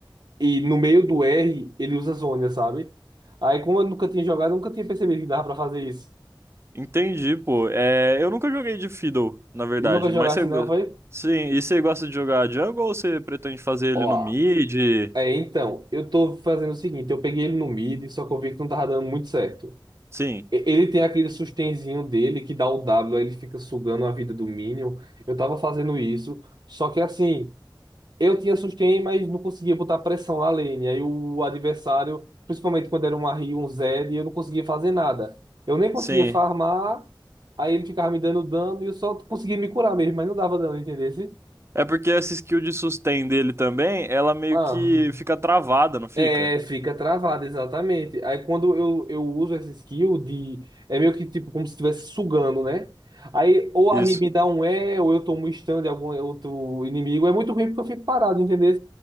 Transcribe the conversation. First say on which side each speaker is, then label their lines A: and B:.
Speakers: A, on the right (about 60°); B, on the right (about 30°).
A: e no meio do R ele usa zônia, sabe? Aí como eu nunca tinha jogado, eu nunca tinha percebido que dava pra fazer isso.
B: Entendi, pô. É, eu nunca joguei de Fiddle, na verdade.
A: Nunca jogasse
B: Mas você.
A: assim, não, foi?
B: Sim, e você gosta de jogar jungle ou você pretende fazer ele
A: Ó,
B: no mid?
A: é, então, eu tô fazendo o seguinte, eu peguei ele no mid, só que eu vi que não tava dando muito certo.
B: Sim,
A: E- Ele tem aquele sustenzinho dele que dá o W, aí ele fica sugando a vida do Minion. Eu tava fazendo isso, só que assim, eu tinha sustain, mas não conseguia botar pressão na lane. Aí o adversário, principalmente quando era um Ahri, um Zed, eu não conseguia fazer nada. Eu nem conseguia
B: sim.
A: farmar, aí ele ficava me dando dano e eu só conseguia me curar mesmo, mas não dava dano, entendesse?
B: É porque essa skill de sustain dele também, ela meio
A: Ah.
B: que fica travada, não fica?
A: É, fica travado, exatamente. Aí quando eu, eu uso essa skill de. É meio que tipo como se estivesse sugando, né? Aí ou a
B: Isso.
A: Ribe me dá um E, ou eu tomo um stun de algum outro inimigo. É muito ruim porque eu fico parado, entendeu?